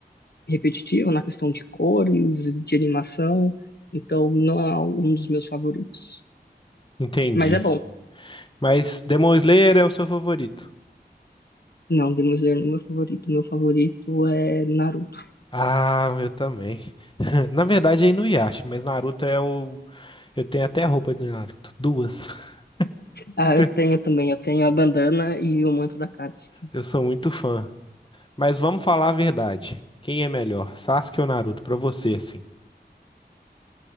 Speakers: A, on the left; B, on the left.
A: repetitivo na questão de cores, de animação, então não é um dos meus favoritos.
B: Entendi.
A: Mas é bom.
B: Mas Demon Slayer é o seu favorito.
A: Não, Demon Slayer não é meu favorito. Meu favorito é Naruto.
B: Ah, eu também. <laughs> Na verdade, é Inuyasha, mas Naruto é o. Eu tenho até roupa de Naruto. Duas. <laughs>
A: Ah,
B: Entendeu?
A: eu tenho também. Eu tenho a bandana e o manto da Katsuki.
B: Eu sou muito fã. Mas vamos falar a verdade. Quem é melhor, Sasuke ou Naruto? Pra você, assim.